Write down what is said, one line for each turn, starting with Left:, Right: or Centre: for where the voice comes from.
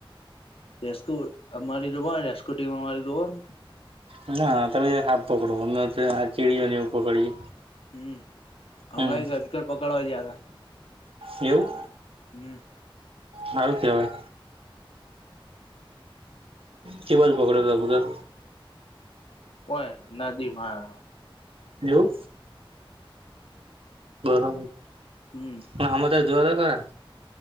Left: રેસ્કુ અમારી જોવા રેસ્કુ ટીમ અમારી જોવ?
Right: અને હાથડે હાફ પકડો અમમે હાપ ચીડીઓને એવું પકડીએ
Left: હમ
Right: હમ
Left: અમને એક અજગર પકડવા ગયા તા
Right: એવું?
Left: હમ
Right: હારું કેવાય. કે બાજુ પકડ્યો તો અજગર?
Left: કોને નદી માં.
Right: એવુ બરાબર.
Left: હમ.
Right: હા આમાં તો જોવો તો ખરા